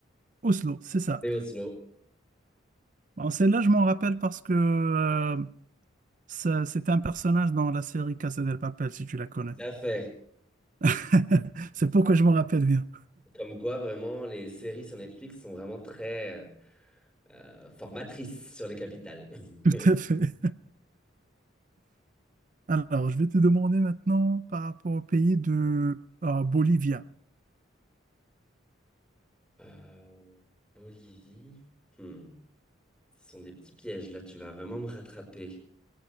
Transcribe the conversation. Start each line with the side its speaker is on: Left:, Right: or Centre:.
Right: Oslo, c'est ça.
Centre: c'est Oslo.
Right: Bon, celle-là, je m'en rappelle parce que euh, ça- c'était un personnage dans la série Casa del Papel, si tu la connais.
Centre: Tout à fait.
Right: <laughs> C'est pourquoi je m'en rappelle bien.
Centre: Comme quoi, vraiment, les séries sur Netflix sont vraiment très euh, formatrices sur les capitales.
Right: <laughs> Tout
Centre: <laughs>
Right: à fait. Alors, je vais te demander maintenant par rapport au pays de euh, Bolivia.
Centre: Euh, Bolivie. Hmm. Ce sont des petits pièges, là, tu vas vraiment me rattraper.